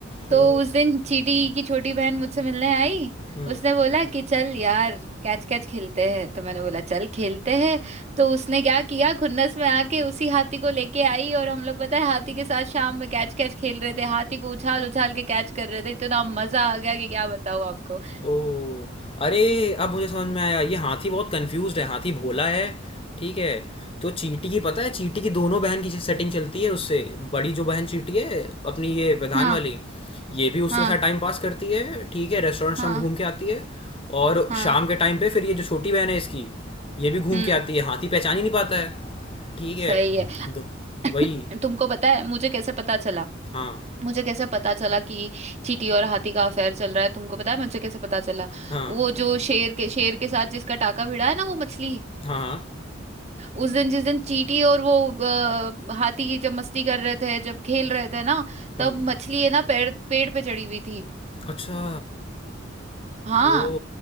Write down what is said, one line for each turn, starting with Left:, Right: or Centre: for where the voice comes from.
Right: तो
Left: ओ
Right: उस दिन चीटी की छोटी बहन मुझसे मिलने आई
Left: हम्म
Right: उसने बोला कि चल यार कैच कैच खेलते हैं तो मैंने बोला चल खेलते हैं तो उसने क्या किया खुन्नस में आके उसी हाथी को लेके आई और हम लोग पता है हाथी के साथ शाम में कैच कैच खेल रहे थे हाथी को उछाल उछाल के कैच कर रहे थे इतना मजा आ गया कि क्या बताऊं आपको
Left: ओह अरे अब मुझे समझ में आया ये हाथी बहुत कंफ्यूज्ड है हाथी भोला है ठीक है तो चींटी की पता है चींटी की दोनों बहन की सेटिंग चलती है उससे बड़ी जो बहन चींटी है अपनी ये प्रधान
Right: हाँ
Left: वाली ये भी उसके
Right: हाँ
Left: साथ टाइम पास करती है ठीक है रेस्टोरेंट रेस्टोरेंट
Right: हाँ
Left: घूम के आती है और
Right: हाँ
Left: शाम के टाइम पे फिर ये जो छोटी बहन है इसकी ये भी घूम
Right: हम्म
Left: के आती है हाथी पहचान ही नहीं पाता है ठीक है
Right: सही है
Left: दो
Right: <laughs>
Left: वही
Right: तुमको पता है मुझे कैसे पता चला
Left: हाँ
Right: मुझे कैसे पता चला कि चींटी और हाथी का अफेयर चल रहा है तुमको पता है मुझे कैसे पता चला
Left: हाँ
Right: वो जो शेर के शेर के साथ जिसका टाका भिड़ा है ना वो मछली
Left: हाँ हाँ
Right: उस दिन जिस दिन चींटी और वो अ, हाथी जब मस्ती कर रहे थे जब खेल रहे थे ना
Left: हम्म
Right: तब मछली है ना पेड़ पेड़ पे चढ़ी हुई थी
Left: अच्छा
Right: हाँ
Left: ओ